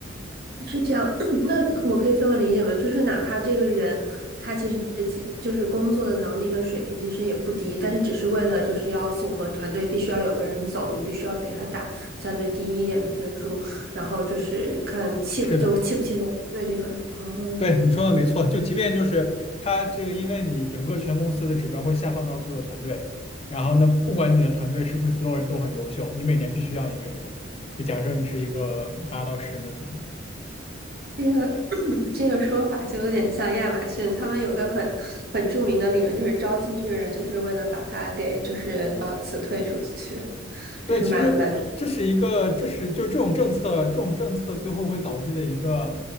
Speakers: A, on the right (about 50°); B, on the left (about 30°).
A: 是这样，<clears throat> 那我可以这么理解吗？就是哪怕这个人他其实既就是工作的能力跟水平其实也不低，但是只是为了就是要符合团队，必须要有个人走，你必须要给他打相对低一点的分数，然后就是看契就契不契合对这个人。
B: 是的，
A: 哦，
B: 对，你说的没错，就即便就是它这个，因为你整个全公司的指标会下放到各个团队，然后呢，不管你的团队是不是所有人都很优秀，你每年必须让一个人走。就假设你是一个八到十人的团队，
A: 这个 <clears throat> 这个说法就有点像亚马逊，他们有个很很著名的理论，就是招进去的人就是为了把他给就是呃辞退出去，
B: 对，
A: 就是蛮蛮。
B: 其实这是一个，这是就这种政策，这种政策最后会导致的一个，